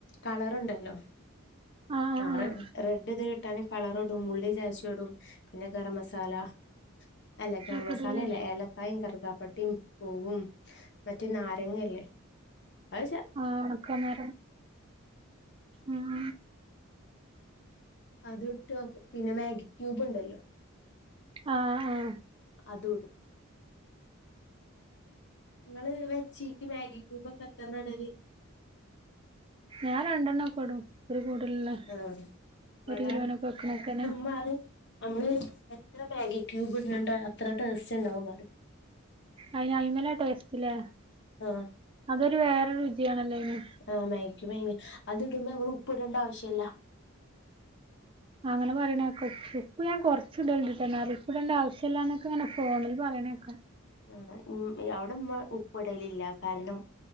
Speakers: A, on the left (about 55°); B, on the right (about 25°).
A: കളറുണ്ടല്ലോ
B: ആഹ് ആഹ് ആഹ്
A: ആറെ
B: ആഹ്
A: റെഡ് ഇത് കിട്ടാന കളറോടും ഉള്ളി ചാച്ചോടും പിന്നെ ഗരം മസാല അല്ല ഗ
B: നോക്കട്ടല്ലേ
A: മസാലല്ല ഏല കായും കറക്കാപ്പട്ടിയും പൂവും മറ്റേ നാരങ്ങല്ലേ അ
B: ആക്കന്ന ഉം
A: അത് ഇട്ട് പിന്നെ മാഗി ക്യൂബ് ഉണ്ടല്ലോ
B: ആഹ് ആഹ്
A: അതോട് നിങ്ങള് ചീക്ക് മാഗി ട്യൂബ് എത്രണ്ണാ ഇടല്ലേ
B: ഞാൻ രണ്ടെണ്ണ പെടും ഒരു കൂടുല
A: ആ ഇവടെ
B: ഒരു കിലോനൊക്കെ വെക്ക നോക്കനെ
A: <unintelligible> നമ്മള് എത്ര മാഗിക്യൂബ് ഇട്ണ് ണ്ട് അത്ര ടേസ്റ്റ് ഉണ്ടാവും പറിം
B: അയിന് അയിമല ടെസ്റ്റ്ലെ
A: ആഹാ
B: അതൊരു വേറെ രുചിയാണല്ലോ അയിന്?
A: ആഹ് മയക്ക്മയങ്ങി അത് ഇടുമ്പോ നമ്മള് ഉപ്പ് ഇടണ്ട ആവശ്യല്ല.
B: അങ്ങനെ പറയണേക് പ്പ് ഞാൻ കുറച്ച ഇട്ണ്ട് ഞാൻ പ്പ് ഇടേണ്ട ആവശ്യം. ചെല്ലാനൊക്കങ്ങനെ ഫോണിൽ പറയണേക്ക
A: ആഹ ഉം അവിട ഉമ്മ ഉപ്പിടലില്ല കാരണം